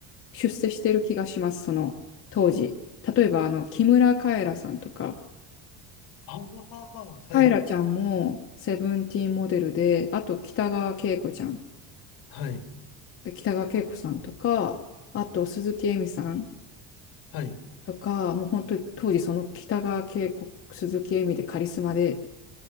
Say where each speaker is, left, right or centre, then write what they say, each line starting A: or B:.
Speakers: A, on the left; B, on the left.
A: 出世してる気がします、その当時。例えば、あの、木村カエラさんとか、
B: ああ、はい。
A: カエラちゃんもセブンティーンモデルで、あと北川景子ちゃん、
B: はい。
A: 北川景子さんとか、あと鈴木恵美さん。
B: はい。
A: とか、もう本当に当時その北川景子、鈴木恵美でカリスマで、